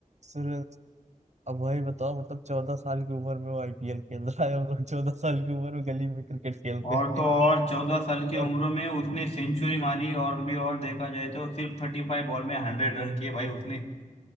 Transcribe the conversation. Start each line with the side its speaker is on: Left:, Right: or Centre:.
Right: सूर्यवंशी अब भाई बताओ मतलब चौदह साल की उम्र में वो आईपीएल खेल रहा है हम लोग चौदह साल की उम्र में गली में क्रिकेट खेलते
Left: और
Right: थे
Left: तो और चौदह साल की
Right: और
Left: उम्र में उसने सेंचुरी मारी और भी और देखा जाए तो सिर्फ थर्टी फाइव बॉल में हंड्रेड रन किए भाई उसने